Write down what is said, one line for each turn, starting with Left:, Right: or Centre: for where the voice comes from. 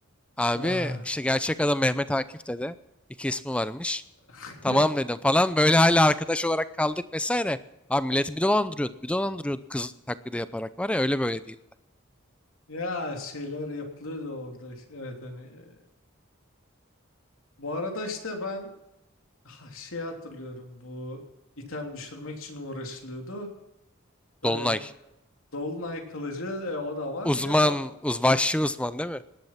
Centre: Abi
Left: Ee,
Centre: işte gerçek adam Mehmet Akif dedi. İki ismi varmış.
Left: <laughs>
Centre: Tamam dedim falan. Böyle hala arkadaş olarak kaldık vesaire. Abi milleti bir dolandırıyordu. Bir dolandırıyordu kız taklidi yaparak var ya öyle böyle değildi.
Left: Ya şeyler yapılıyordu orada. işte. Evet hani. e, Bu arada işte ben Ha, şey hatırlıyorum bu item düşürmek için uğraşılıyordu. Ee,
Centre: Dolunay.
Left: Dolunay kılıcı e, o da var.
Centre: Uzman,
Left: Bir de ma-
Centre: uz vahşi uzman değil mi?